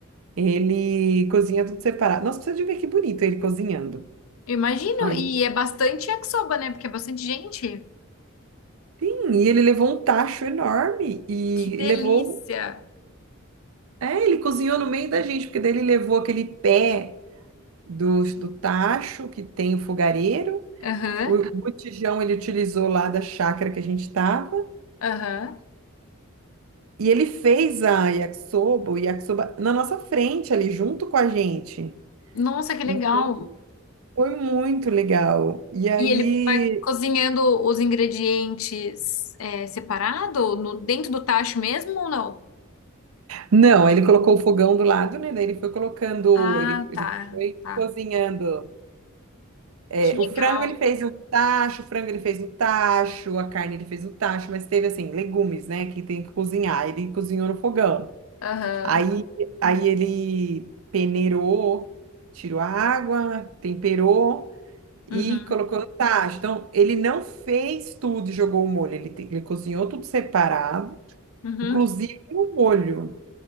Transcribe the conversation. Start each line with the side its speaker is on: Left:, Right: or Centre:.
Right: Ele cozinha tudo separado. Nossa, precisa de ver que bonito ele cozinhando.
Left: Eu imagino.
Right: Aí,
Left: E é bastante yakisoba, né? Porque é bastante gente.
Right: sim. E ele levou um tacho enorme. E
Left: Que delícia.
Right: levou... É, ele cozinhou no meio da gente. Porque daí ele levou aquele pé do, do tacho que tem o fogareiro.
Left: Aham.
Right: O botijão ele utilizou lá da chácara que a gente estava
Left: Aham.
Right: e ele fez a yakisoba, o yakisoba na nossa frente ali, junto com a gente.
Left: Nossa, que
Right: Então
Left: legal.
Right: foi muito legal. E aí,
Left: E ele vai cozinhando os ingredientes é, separado, no, dentro do tacho mesmo ou não?
Right: não, aí ele colocou o fogão do lado, né? Daí ele foi colocando,
Left: Ah,
Right: ele, ele
Left: tá.
Right: foi
Left: Tá.
Right: cozinhando. É,
Left: Que legal.
Right: o frango ele fez no tacho, o frango ele fez no tacho, a carne ele fez no tacho, mas teve assim, legumes, né? Que tem que cozinhar. Ele cozinhou no fogão.
Left: Aham.
Right: Aí, aí ele peneirou, tirou a água, temperou e
Left: Uhum.
Right: colocou no tacho. Então, ele não fez tudo e jogou o molho. Ele, te- ele cozinhou tudo separado,
Left: Uhum.
Right: inclusive o molho.